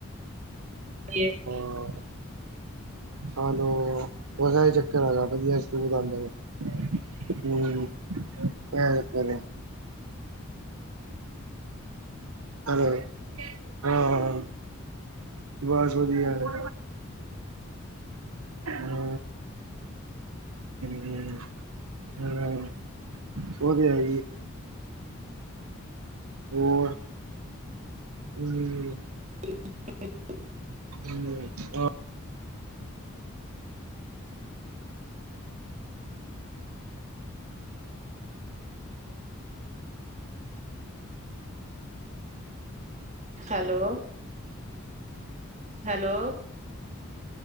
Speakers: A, on the right (about 35°); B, on the right (about 80°).
A: <unintelligible>
B: ਹਾ, ਹਾਲੋ ਬਸ ਐਹੀ ਚੱਕਰ ਹੈਗਾ ਵਧੀਆ ਸ਼ਤੁਤ ਆਂਦੇ ਨੇ, ਹੂੰ ਐ ਚੱਕਰ ਏ। ਹੈਲੋ, ਹਾਹਾ ਹਾ। ਬਾਸ ਵਧੀਐ, ਹੂੰ ਹੂੰ ਹੂੰ ਹੂੰ, ਵਦੀਆ ਜੀ, ਓਰ <unintelligible>
A: <inaudible>
B: <unintelligible> ਆ
A: hello, hello,